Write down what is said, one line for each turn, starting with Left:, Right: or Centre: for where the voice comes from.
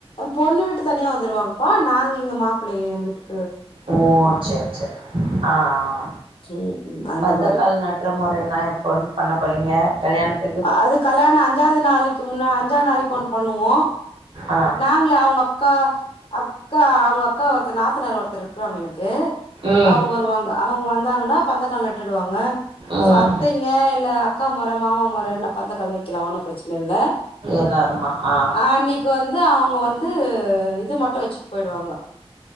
Left: பொண்ணுவிட்டு தனியா வந்துருவாங்க ப்பா நாங்க எங்க மாப்பிள்ளைய வட்டு
Right: ஓ சரி சரி ஆஹ் ஹ
Left: ம் ம் அந்த
Right: பந்தக்கால்
Left: மாரி
Right: நட்ற முறையல்லா எப்பந் பண்ணப்பறீங்க கல்யாணத்
Left: அது கல்யாண அஞ்சாது நாளைக்கு முன்னா அஞ்சாது நாள் இப்ப ஒண்ணு பண்ணுவோ
Right: ஆ
Left: நாங்களே அவங்க அக்கா அக்கா அவங்க அக்கா ஒருத்தர் நாத்தனார் ஒருத்தர் இருக்காங்க எனக்கு கே
Right: ம்
Left: அவங்க வருவாங்க அவங்க வந் வந்தாங்ன்னா பந்தக்கால் நட்டுடுவாங்க
Right: ம்
Left: சத்தங்க இல்ல அக்கா மொர மாமா பரவால்ல பந்தக்கால் வைக்கலா ஒன்னு பிரச்சனயில்ல
Right: எல்லாருமா ஆ
Left: அஹ் அன்னைக்கு வந்து அவங்க வந்து வந்து இது மட்டு வச்சுட்டு போயிடுவாங்க